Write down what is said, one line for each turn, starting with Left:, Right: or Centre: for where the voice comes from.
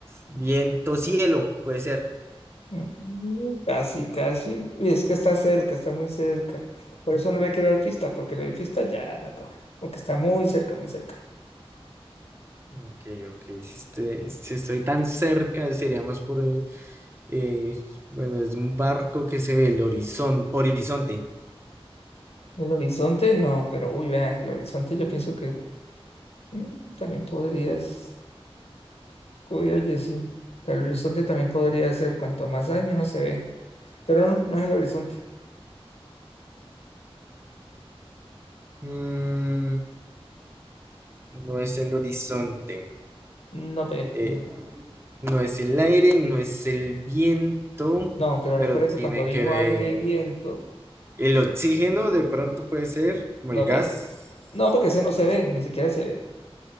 Right: viento, cielo, puede ser.
Left: Mm, Casi, casi. Uy, es que está cerca, está muy cerca. Por eso no le quiero dar pista, porque le doy pista ya la coge, porque está muy cerca, muy cerca.
Right: Ok, ok, si, este- si estoy tan cerca, sería más por, eh, eh, bueno, es un barco que se ve el horizon- horizonte.
Left: El horizonte no, pero uy, vean, el horizonte yo pienso que mm, también podrías. Uy, oye, sí. El horizonte también podría ser cuanto más hay, menos se ve. Pero no, no es el horizonte.
Right: Mm, no es el horizonte,
Left: No pe.
Right: eh, no es el aire, no es el viento,
Left: No, pero
Right: pero
Left: recuerde
Right: tiene
Left: que cuando dijo
Right: que ver
Left: aire y viento,
Right: el oxígeno, de pronto puede ser, como
Left: no
Right: el gas,
Left: pe. No, porque ese
Right: como
Left: no
Right: por
Left: se ve,
Right: eso.
Left: ni siquiera se ve.